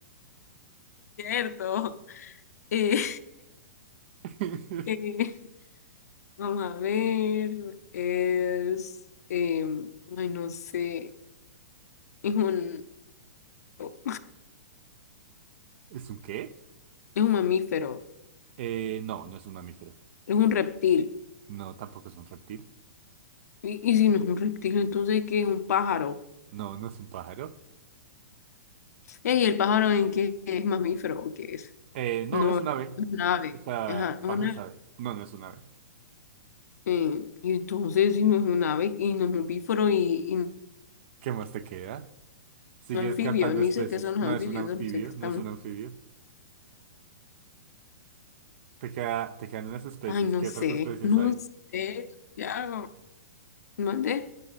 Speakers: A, on the left (about 70°); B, on the right (about 45°).
A: Cierto. Eh,
B: <laughs>
A: eh, vamos a ver. Es. em, ay, no sé. Es un. oh,
B: ¿Es un qué?
A: Es un mamífero.
B: Eh, no, no es un mamífero.
A: Es un reptil.
B: No, tampoco es un reptil.
A: Y, y si no es un reptil, entonces ¿qué es un pájaro?
B: No, no es un pájaro.
A: Ey, ¿el pájaro en qué es mamífero o qué es?
B: Eh, no,
A: No,
B: es un
A: es
B: ave.
A: un ave.
B: O sea,
A: Ajá, una
B: pájaro es ave. No, no es un ave.
A: Eh, y entonces, si no es un ave, y no es un bíforo, y, y no es
B: ¿Qué más te queda? Sigue
A: un anfibio,
B: descartando
A: ni
B: especies.
A: sé qué son los
B: No
A: anfibios,
B: es un anfibio,
A: solo sé que están.
B: no es un anfibio. Te queda, te quedan unas especies.
A: Ay, no
B: ¿Qué
A: sé,
B: otras especies
A: <laughs> no
B: hay?
A: sé, ya. ¿Mandé?